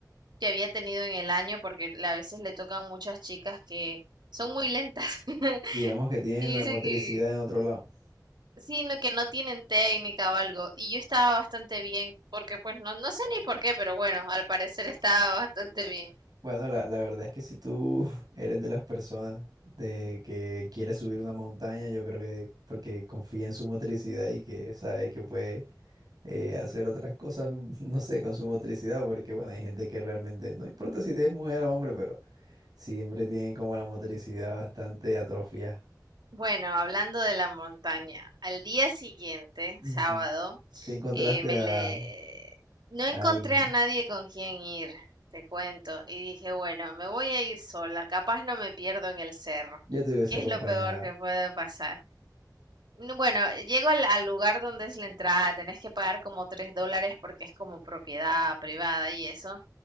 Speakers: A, on the right (about 80°); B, on the right (about 65°).
A: que había tenido en el año, porque a veces le tocan muchas chicas que son muy lentas. <laughs>
B: digamos que tienen
A: Y
B: la
A: dice
B: motricidad
A: que
B: en otro lado.
A: sí, no, que no tienen técnica o algo. Y yo estaba bastante bien, porque pues no, no sé ni por qué, pero bueno, al parecer estaba bastante bien.
B: Bueno, la, la verdad es que si tú <laughs> eres de las personas de que quiere subir una montaña, yo creo que porque confía en su motricidad y que sabe que puede eh, hacer otras cosas, <laughs> no sé, con su motricidad, porque bueno, hay gente que realmente no importa si es mujer o hombre, pero siempre tienen como la motricidad bastante atrofiada.
A: Bueno, hablando de la montaña, al día siguiente,
B: Ujú.
A: sábado,
B: Si encontraste
A: eh, me
B: a,
A: le...
B: a
A: no encontré
B: alguien,
A: a nadie con quien ir, te cuento, y dije, bueno, me voy a ir sola, capaz no me pierdo en el cerro,
B: yo te hubiese
A: que es
B: acompañado.
A: lo peor que puede pasar. No, Bueno, llego al, al lugar donde es la entrada, tenés que pagar como 3 dólares porque es como propiedad privada y eso.